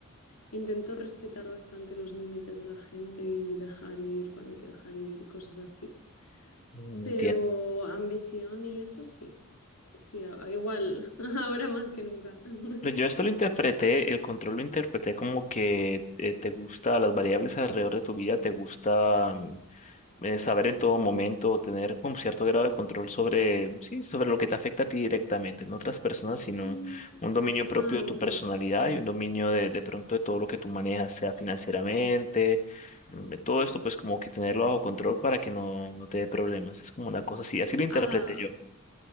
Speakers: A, on the left (about 80°); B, on the left (about 35°).
A: Intento respetar bastante los límites de la gente y dejar ir cuando hay que dejar ir, y cosas así.
B: Mm,
A: Pero
B: Entiendo.
A: ambición y eso sí. Sí, a- a- igual, <laughs> ahora más que nunca. <laughs>
B: Pero yo esto lo interpreté, el control lo interpreté como que eh, te gusta las variables alrededor de tu vida, te gusta mm, eh, saber en todo
A: Mm.
B: momento, tener como cierto grado de control sobre, sí, sobre lo que te afecta a ti directamente, no otras personas, sino
A: Mm,
B: un dominio propio
A: Ah,
B: de tu
A: ok.
B: personalidad y un dominio de, de pronto de todo lo que tú manejas, sea financieramente, mm, de todo esto, pues como que tenerlo bajo control para que no, no te dé problemas. Es como una cosa así, así lo interpreté
A: Ah,
B: yo.